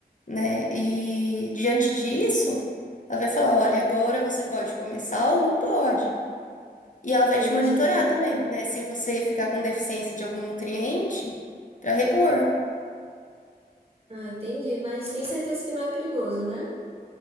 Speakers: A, on the left; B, on the right.
A: né? E diante disso, ela vai falar: olha, agora você pode começar ou não pode. E ela vai
B: Entendi.
A: te monitorar também, né? Se você ficar com deficiência de algum nutriente, para repor.
B: Ah, entendi, mas tem certeza que não é perigoso, né?